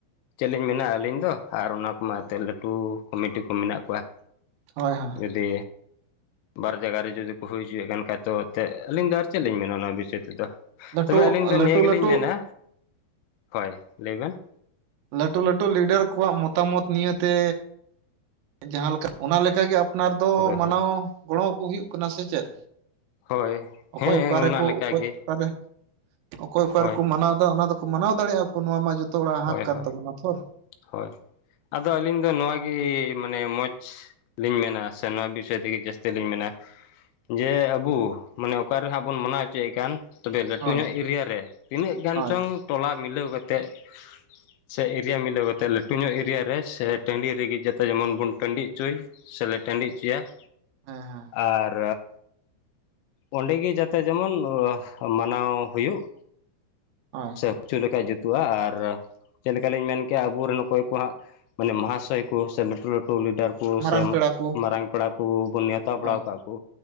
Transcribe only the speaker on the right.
ᱦᱳᱭ ᱦᱳᱭ ᱾
ᱞᱟᱹᱴᱩ
ᱞᱟᱹᱴᱩ
ᱞᱟᱹᱴᱩ
ᱞᱟᱹᱴᱩ ᱞᱟᱹᱴᱩ ᱞᱤᱰᱟᱨ ᱠᱚᱣᱟᱜ ᱢᱚᱛᱟᱢᱚᱛ ᱱᱤᱭᱮ ᱛᱮ ᱡᱟᱦᱟᱸ ᱞᱮᱠᱟ ᱚᱱᱟ ᱞᱮᱠᱟᱜᱮ ᱟᱯᱱᱟᱨ ᱫᱚ
ᱢᱟᱱᱟᱣ
ᱜᱚᱲᱚ ᱠᱚ ᱦᱩᱭᱩᱜ ᱠᱟᱱᱟ ᱥᱮ ᱪᱮᱫ?
ᱚᱠᱚᱭ
ᱚᱠᱟ ᱨᱮᱠᱚ
ᱚᱠᱚᱭ
ᱚᱠᱟᱨᱮ ᱚᱠᱚᱭ ᱚᱠᱟ
ᱨᱮᱠᱚ ᱢᱟᱱᱟᱣᱫᱟ ᱚᱱᱟ ᱫᱚ ᱢᱟᱱᱟᱣ ᱫᱟᱲᱮᱜ ᱟᱠᱚ ᱱᱚᱣᱟ ᱢᱟ ᱡᱚᱛᱚ ᱦᱚᱲᱟᱜ ᱦᱟᱸᱠ
ᱠᱟᱱ
ᱛᱟᱵᱚᱱᱟ ᱛᱷᱚᱨ ᱾
ᱦᱳᱭ
ᱦᱳᱭ
<unintelligible>
ᱦᱮᱸ ᱦᱮᱸ ᱾
ᱦᱳᱭ ᱾
ᱢᱟᱨᱟᱝ
ᱯᱮᱲᱟ ᱠᱚ
ᱦᱳᱭ